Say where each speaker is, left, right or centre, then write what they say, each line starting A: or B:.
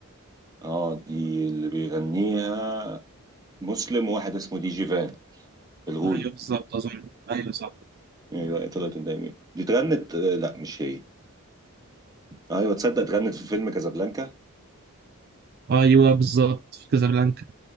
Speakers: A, on the right; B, on the right.
A: اه دي اللي بيغنيها مسلم وواحد اسمه دي جي فان الغول
B: ايوه بالظبط اظن ايوه صح
A: ايوه طلعت قدامي دي اتغنت آه، لا مش هي ايوه تصدق اتغنت في فيلم كازابلانكا
B: ايوه بالظبط في كازابلانكا